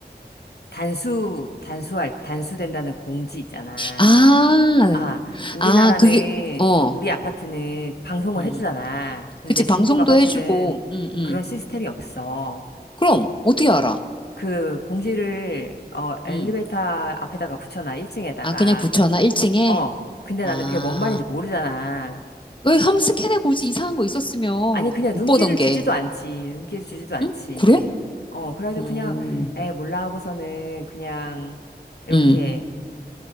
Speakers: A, on the left; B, on the left.
A: 단수, 단수할, 단수된다는 공지 있잖아.
B: 아,
A: 아, 우리나라는,
B: 아, 그게, 어,
A: 우리 아파트는 방송을
B: 음.
A: 해주잖아. 근데
B: 그치, 방송도
A: 중국 아파트는
B: 해주고, 음, 음.
A: 그런 시스템이 없어.
B: 그럼, 어떻게 알아?
A: 그 공지를, 어, 엘리베이터
B: 음.
A: 앞에다가 붙여놔, 1층에다가.
B: 아, 그냥 붙여놔, 1층에?
A: 어, 근데
B: 아,
A: 나는 그게 뭔 말인지 모르잖아.
B: 왜 한번 스캔해 보지 이상한 거 있었으면
A: 아니, 그냥
B: 못
A: 눈길을
B: 보던 게.
A: 주지도 않지. 눈길을 주지도 않지.
B: 응? 그래?
A: 어, 그래가지고
B: 음,
A: 그냥, 에, 몰라 하고서는 그냥, 이렇게,
B: 음,